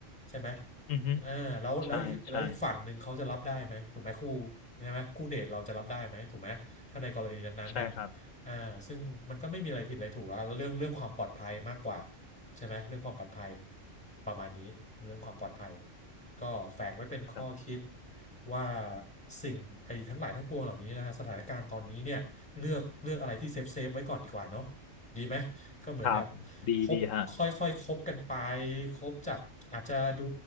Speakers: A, in the centre; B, on the left (about 80°).
A: ใช่ไหม
B: อือฮึ
A: เออแล้วแล้วอีกแล้วอีกฝั่งหนึ่งเขาจะรับได้ไหมถูกไหมคู่ใช่ไหมคู่เดทเราจะรับได้ไหมถูกไหมถ้าในกรณีนั้นๆน่ะ
B: ใช่ใช่ใช่ครับ
A: อ่าซึ่งมันก็ไม่มีอะไรผิดอะไรถูกอะเรื่องเรื่องความปลอดภัยมากกว่าใช่ไหมเรื่องความปลอดภัยประมาณนี้เรื่องความปลอดภัยก็แฝงไว้เป็นข้อคิด
B: ครับ
A: ว่าสิ่งไอ้ทั้งหลายทั้งปวงเหล่านี้นะฮะสถานการณ์ตอนนี้เนี่ย เลือกเลือกอะไรที่เซฟเซฟไว้ก่อนดีกว่าเนาะดีไหมก็เหมือนกับ
B: ครับดีดีฮะ
A: คบค่อยค่อยคบกันไปคบจากอาจจะดู